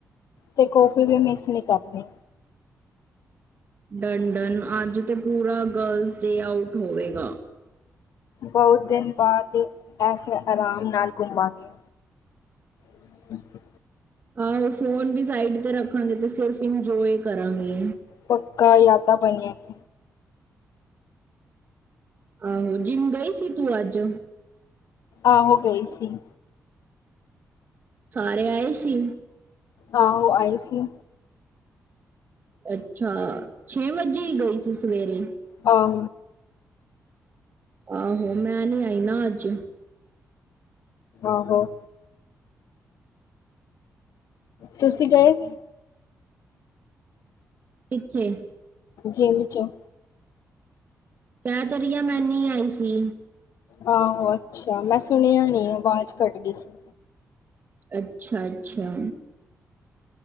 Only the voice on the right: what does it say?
ਡੰਨ-ਡੰਨ ਅੱਜ ਤੇ ਪੂਰਾ ਗਰਲਜ਼ ਡੇ ਆਊਟ ਹੋਵੇਗਾ।
ਆਹੋ ਫੋਨ ਵੀ ਸਾਈਡ ਤੇ ਰੱਖਾਂਗੇ ਤੇ ਸਿਰਫ਼ ਇੰਜੋਏ ਕਰਾਂਗੇ।
ਆਹੋ ਜਿਮ ਗਈ ਸੀ ਤੂੰ ਅੱਜ?
ਸਾਰੇ ਆਏ ਸੀ?
ਅੱਛਾ ਛੇ ਵੱਜੇ ਈ ਗਈ ਸੀ ਸਵੇਰੇ
ਆਹੋ ਮੈਂ ਨੀ ਆਈ ਨਾ ਅੱਜ।
ਕਿੱਥੇ?
ਕੈ ਤੇ ਰੀ ਆ ਮੈ ਨੀ ਆਈ ਸੀ।
ਅੱਛਾ-ਅੱਛਾ।